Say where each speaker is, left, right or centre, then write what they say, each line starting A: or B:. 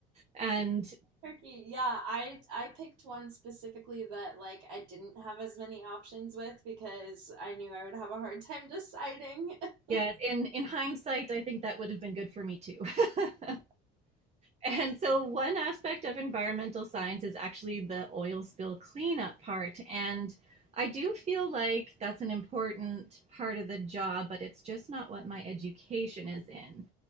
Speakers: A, on the right; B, on the right.
A: and
B: Turkey. Yeah, I I picked one specifically that like I didn't have as many options with because I knew I would have a hard time deciding. <laughs>
A: yeah in in hindsight i think that would have been good for me too <laughs> And so, one aspect of environmental science is actually the oil spill cleanup part. And I do feel like that's an important part of the job, but it's just not what my education is in.